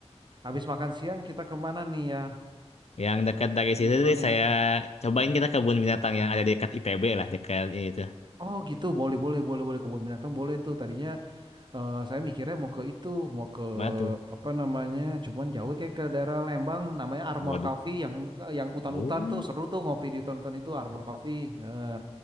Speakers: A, on the right (about 40°); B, on the left (about 70°).
A: habis makan siang kita kemana nih ya?
B: Yang dekat dari situ
A: Yang seru
B: deh
A: nih.
B: saya cobain kita kebun binatang yang ada dekat ITB lah, dekat itu.
A: Oh gitu, boleh boleh boleh boleh kebun binatang boleh tuh. Tadinya eh, saya mikirnya mau ke itu, mau ke
B: Mana tuh?
A: apa namanya? Cuman jauh kayak ke daerah Lembang, namanya Armor
B: Waduh.
A: Coffee yang yang hutan-hutan
B: Oh.
A: tuh seru tuh ngopi di hutan-hutan itu Armor Coffee. Eh,